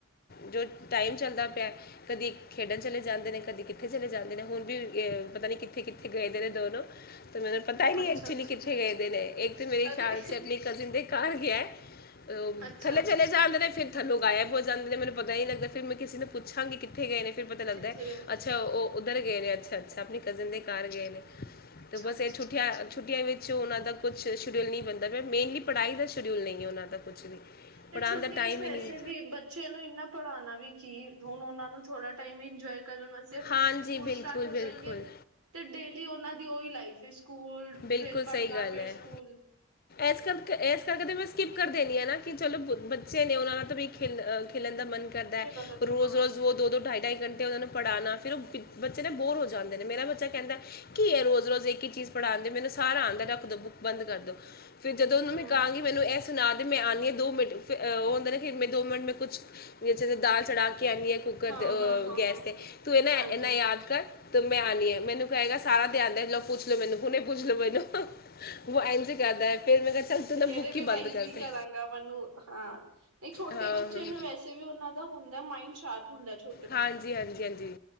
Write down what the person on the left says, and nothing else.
ਜੋ ਟਾਈਮ ਚੱਲਦਾ ਪਿਆ ਕਦੀ ਖੇਡਣ ਚਲੇ ਜਾਂਦੇ ਨੇ ਕਦੀ ਕਿੱਥੇ ਚਲੇ ਜਾਂਦੇ ਨੇ ਹੁਣ ਵੀ ਅ ਪਤਾ ਨੀ ਕਿੱਥੇ ਕਿੱਥੇ ਗਏ ਦੇ ਨੇ ਦੋਨੋ ਤੇ ਮੈਨੂੰ ਪਤਾ ਹੀ ਨਹੀਂ
ਐਕਚੁਲੀ
ਕਿੱਥੇ ਗਏਦੇ ਨੇ ਇੱਕ ਤਾਂ ਮੇਰੇ
ਖਿਆਲ ਚ ਆਪਣੀ ਕਜ਼ਿਨ ਦੇ ਘਰ ਗਿਆ। ਅ
ਥੱਲੇ ਚੱਲੇ ਜਾਂਦੇ ਨੇ ਫਿਰਥੱਲੋ ਗਾਇਬ ਹੁ ਜਾਂਦੇ ਨੇੈ ਮੈਨੂੰ ਪਤਾ ਨ ਲੱਗਦਾ ਫਿਰ ਮੈਂ ਪੁੱਛਾਂਗੀ ਕਿੱਥੇ ਗਏ ਨੇ। ਫਿਰ ਪਤਾ ਲੱਗਦਾ
ਹੈ
ਅੱਛਾ ਉਹ ਉੱਧਰ ਗਏ ਨੇ ਅੱਛਾ। ਅੱਛ ਆਪਣੀ ਕਜ਼ਨ ਦੇ ਘਰ ਗਏ ਨੇ
ਤੇ ਬਸ
ਇਹ ਛੁੱਟੀਆਂ ਛੁੱਟੀਆਂ ਵਿੱਚ ਵਿੱਚ ਉਹਨਾਂ ਦਾ ਕੁਛ ਸ਼ਡਿਊਲ ਨਹੀਂ ਬਣਦਾ ਮ ਮੇਨਲੀ ਪੜ੍ਹਾਈ ਦਾ ਸ਼ਡਿਊਲ ਨਹੀਂ ਉਹਨਾਂ ਦਾ ਕੁਛ ਵੀ।
ਪੜ੍ਹਾਉਣ
ਦਾ ਟਾਈਮ
ਹੀ ਨਹੀਂ
ਹਾਂਜੀ
ਬਿਲਕੁਲ
ਬਿਲਕੁਲ
ਬਿਲਕੁਲ
ਸਹੀ ਗੱਲ
ਹੈ
ਇਸ ਕਰਕੇ ਇਸ ਕਰਕੇ ਤਾਂ ਮੈਂ ਸਕਿੱਪ ਕਰ ਦੇਣੀ ਹ ਨਾ ਕਿ ਚਲੋ ਬ ਬੱਚੇ ਨੇ ਉਹ ਨਾਲ ਤਾਂ ਵੀ ਖੇ ਖੇਲਣ ਦਾ ਮਨ ਕਰਦਾ ਹੈ
ਰੋਜ਼
ਰੋਜ਼ ਵੋ ਦੋਢਾਈ ਢਾਈ ਘੰਟੇ ਉਹਨਾਂ ਨੂੰ ਪੜ੍ਹਾਣਾ ਫਿਰ ਉਹ ਬੱਚੇ ਨੇ ਬੋਰ ਹੋ ਜਾਂਦੇ ਨੇ ਮੇਰਾ ਬੱਚਾ ਕਹਿੰਦਾ ਕੀ ਰੋਜ਼ ਰੋਜ਼ ਇੱਕ ਹੀ ਚੀਜ਼ ਪੜ੍ਹਾਉਣਦੇ ਮਨੂੰ ਸਾਰਾ ਆਂਦਾ ਰੱਖ ਦੋ ਬੁੱਕ ਬੰਦ ਕਰਦੋ ਫਰ ਜਦੋਂ ਉਹਨੂ
ਮੈ ਕਹਾਂਗੀ ਮੈਨੂੰ ਇਹ ਸੁਣਾ ਦੇ ਮੈਂ ਆਂਦੀ ਹਾਂ ਦੋ ਮਿੰਟ ਉਹ ਹੁੰਦਾ ਨਾ ਦੋ ਮਿੰਟ ਮੈਂ ਕੁਛ ਜਦੋਂ ਦਾਲ ਚੜਾ ਕੇ ਆਉਂਨੀ ਆ ਕੁੱਕਰ
ਤੇ ਅਹ
ਗੈਸ
ਤੇ
ਤੂੰ ਇਹ ਨਾ
ਇਨਾ ਯਾਦ ਕਰ। ਤੇ ਮੈਂ ਆਂਨੀ ਹਾਂ ਮੈਨੂੰ ਕਹਿਗਾ ਸਾਰਾ ਤੇ ਆਂਦਾ ਹੈ ਉਹ ਪੁੱਛ ਲੋੋ ਮੈਨੂੰ ਹੁਣੇ ਪੁੱਛ ਲੋ ਮੈਨੂੰ। ਵ ਇਂਝ ਕਰਦਾ ਫੇਿਰ ਮੈਂ ਕਿਹਾ ਚੱਲ ਤੂੰ
ਨਾ
ਬੁੱਕ
ਹੀ ਬਦ ਕਰ
ਦੇ।
ਹਾਂ
ਹਾਂਜੀ ਹਾਂਜੀ ਹਾਂਜੀ